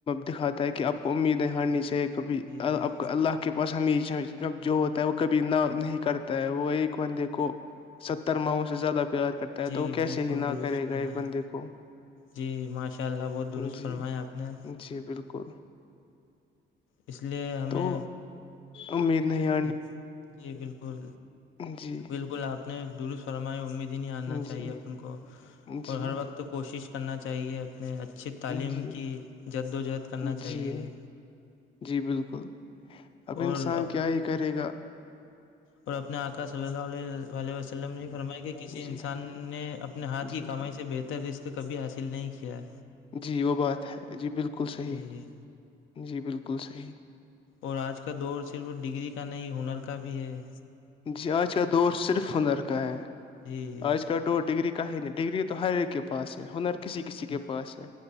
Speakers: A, on the left; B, on the left.
A: دکھاتا ہے کہ آپ کو امیدیں ہارنی چاہیے کبھی
B: جی
A: آپ کو اللہ کے پاس امی جو ہوتا ہے وہ کبھی نہ نہیں کرتا ہے وہ ایک بندے کو ستر ماہوں سے زیادہ پیار کرتا ہے
B: جی
A: تو وہ کیسے
B: بالکل
A: ہی نہ
B: درست
A: کرے
B: فرمایا
A: گا ایک بندے کو
B: جی ماشاء اللہ بہت درست
A: جی
B: فرمایا آپ نے
A: جی بالکل
B: اس لیے ہمیں
A: تو امید نہیں ہے
B: جی جی بالکل
A: جی
B: بالکل آپ درست فرمائے امید ہی نہیں آنا چاہیے
A: جی
B: اپن کو
A: جی
B: اور ہر وقت تو کوشش کرنا چاہیے اپنے اچھی تعلیم
A: جی
B: کی جد و جہد کرنا
A: جی
B: چاہیے
A: جی بالکل اب
B: اور
A: انسان کیا ہی کرے گا
B: اور اپنے آکا صلی اللہ علیہ واللیہ وسلم نے فرمایا کہ کسی انسان
A: جی
B: نے اپنے ہاتھ کی
A: جی
B: کمائی سے بہتر جس کبھی حاصل نہیں کیا ہے
A: جی وہ بات ہے جی بالکل صحیح
B: جی
A: جی بالکل صحیح
B: اور آج کا دور صرف ڈگری کا نہیں ہنر کا بھی ہے
A: جی آج کا دور صرف ہنر کا ہے
B: جی
A: آج کا دو ڈگری کہ ڈگری تو ہر ایک کے پاس ہے ہنر کسی کسی
B: جی
A: کے پاس ہے